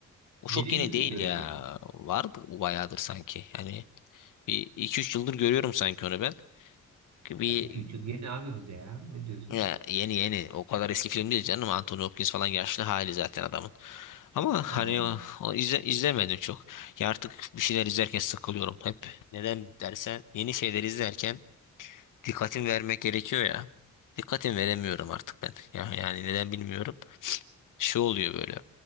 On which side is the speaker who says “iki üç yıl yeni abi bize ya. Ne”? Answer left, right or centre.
Right